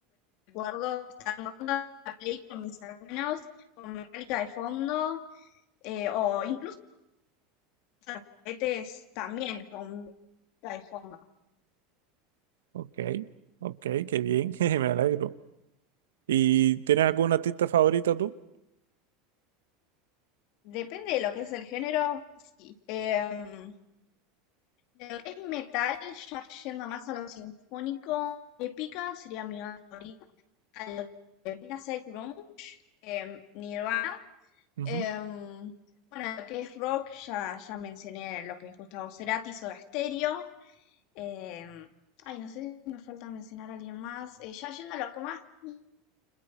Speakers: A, on the left (about 60°); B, on the right (about 90°).
A: recuerdos. Estando en la play con mis hermanos, con Metallica de fondo, eh, o incluso los juguetes también con Metallica de fondo.
B: Ok, ok, qué bien, <laughs> me alegro. ¿Y tienes alguna artista favorita tú?
A: Depende de lo que es el género, sí. Em, de lo que es metal, ya yendo más a lo sinfónico, épica sería mi banda favorita. A lo que viene a ser grunge, em, Nirvana.
B: Ujú,
A: Em, bueno, lo que es rock, ya, ya mencioné lo que es Gustavo Cerati, Soda Stereo. em, ay, no sé si me falta mencionar a alguien más. Eh, ya yendo a lo que más, un